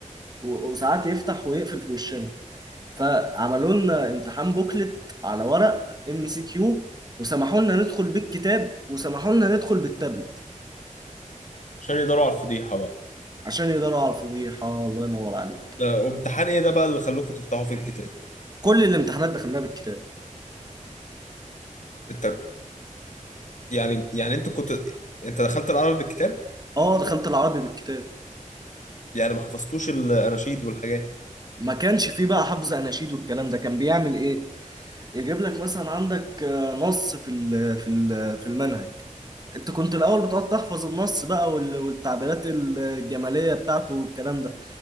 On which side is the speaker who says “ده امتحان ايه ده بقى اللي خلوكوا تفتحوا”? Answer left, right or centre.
Left